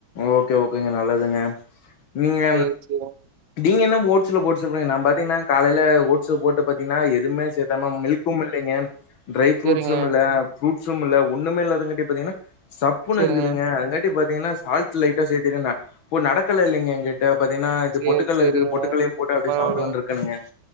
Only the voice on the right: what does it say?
சேரி சேரிங்
சேரிங்க சேரிங்க
சேரிங்க
சேரி
சேரிங்க
பரவால்லைங்க